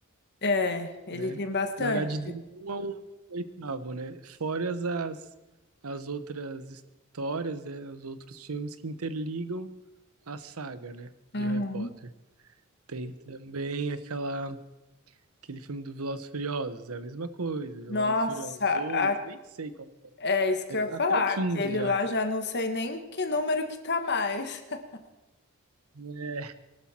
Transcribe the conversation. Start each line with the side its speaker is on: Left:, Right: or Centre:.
Left: É, ele
Right: né?
Left: tem bastante.
Right: Na verdade, do um ao oitavo, né? Fora as, as, as outras histórias, né? os outros filmes que interligam a saga, né? De
Left: Uhum.
Right: Harry Potter. Tem também aquela, aquele filme do Velozes e Furiosos, é a mesma coisa. Velozes
Left: Nossa,
Right: e Furiosos 8
Left: a-
Right: nem sei qual que é.
Left: é isso que
Right: Deve
Left: eu ia
Right: estar
Left: falar.
Right: até o 15
Left: Aquele
Right: já.
Left: lá já não sei nem que número que tá mais. <laughs>
Right: né?